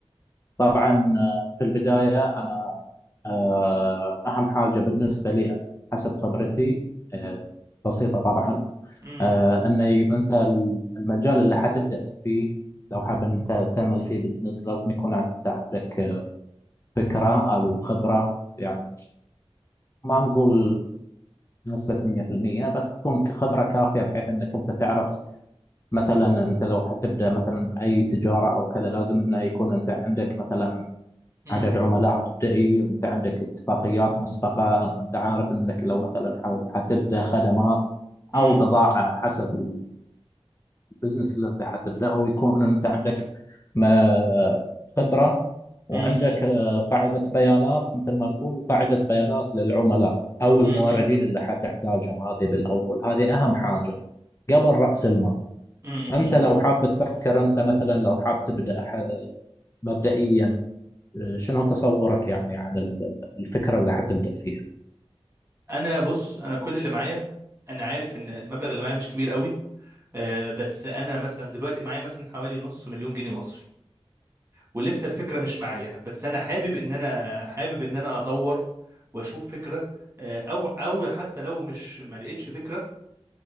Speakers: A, on the left; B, on the right.
A: طبعا آه في البداية أنا آه أهم حاجة بالنسبة لي أنا حسب خبرتي آه بسيطة طبعا
B: امم
A: آه أن أنت المجال اللي حتبدأ فيه لو حاب أنت تعمل فيه بزنس لازم يكون أنت عندك آه، فكرة أو خبرة يعني ما نقول نسبة 100% بس تكون خبرة كافية بحيث أنك أنت تعرف مثلا انت لو حتبدا مثلا باي تجاره او كذا لازم انه يكون انت عندك مثلا
B: امم
A: عدد عملاء مبدئي انت عندك اتفاقيات مسبقه انت عارف انك لو مثلا ح- حتبدا خدمات
B: امم
A: او بضاعه حسب البزنس اللي انت حتبداه يكون انت عندك ما- خبره وعندك
B: امم
A: آه، قاعده بيانات مثل ما نقول قاعده بيانات للعملاء او الموردين
B: امم
A: اللي حتحتاجهم هذه بالاول هذه اهم حاجه قبل راس المال
B: امم
A: انت لو حاب تفكر انت مثلا لو حاب تبدا ح- مبدئيا آه، شنو تصورك يعني عن ال- الفكره اللي حتبدا فيها
B: انا بص انا كل اللي معايا انا عارف ان المبلغ اللي معايا مش كبير قوي آه بس انا مثلا دلوقتي معايا مثلا حوالي نص مليون جنيه مصري ولسه الفكره مش معايا بس انا حابب ان انا حابب ان انا ادور واشوف فكره آه او او حتى لو مش ما لقيتش فكره